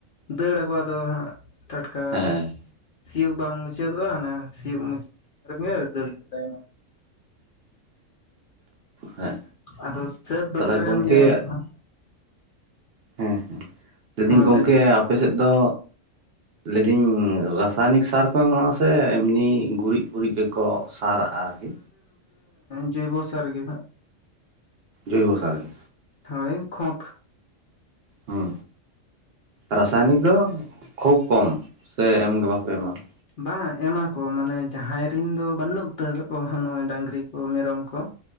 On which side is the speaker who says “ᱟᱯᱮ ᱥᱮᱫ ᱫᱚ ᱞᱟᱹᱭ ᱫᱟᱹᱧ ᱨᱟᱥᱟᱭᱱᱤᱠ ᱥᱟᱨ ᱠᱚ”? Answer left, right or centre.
Right